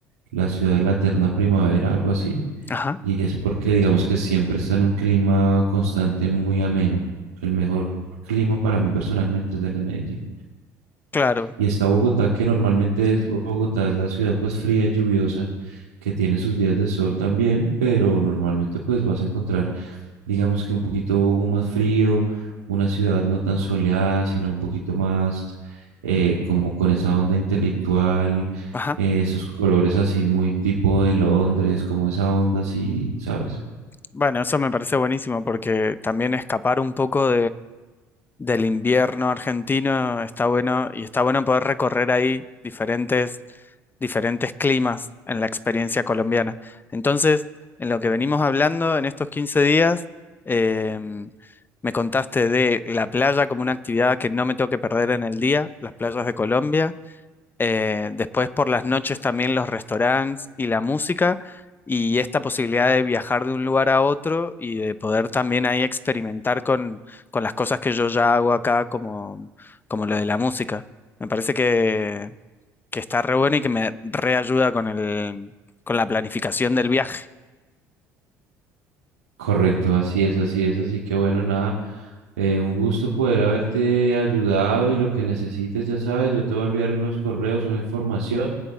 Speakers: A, on the right; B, on the left.
A: la ciudad de la eterna primavera, algo así.
B: ajá,
A: Y es porque digamos que siempre está en un clima constante muy ameno. El mejor clima para mí personalmente es el de Medellín.
B: claro,
A: Y está Bogotá, que normalmente es Bogotá, es la ciudad pues fría y lluviosa, que tiene sus días de sol también, pero normalmente pues vas a encontrar digamos que un poquito más frío, una ciudad no tan soleada, sino un poquito más eh, como con esa onda intelectual,
B: ajá.
A: eh, esos colores así muy tipo de Londres, como esa onda así, ¿sabes?
B: Bueno, eso me parece buenísimo porque también escapar un poco del invierno argentino, está bueno y está bueno poder recorrer ahí diferentes, diferentes climas en la experiencia colombiana. Entonces, en lo que venimos hablando en estos 15 días, em, me contaste de la playa como una actividad que no me tengo que perder en el día, las playas de Colombia. Eh, después por las noches también los restaurantes y la música y esta posibilidad de viajar de un lugar a otro y de poder también ahí experimentar con, con las cosas que yo ya hago acá como, como lo de la música. Me parece que, que está re bueno y que me reayuda con el, con la planificación del viaje.
A: Correcto, así es, así es, así que bueno, nada, eh, un gusto poder haberte ayudado y lo que necesites, ya sabes, yo te voy a enviar unos correos, una información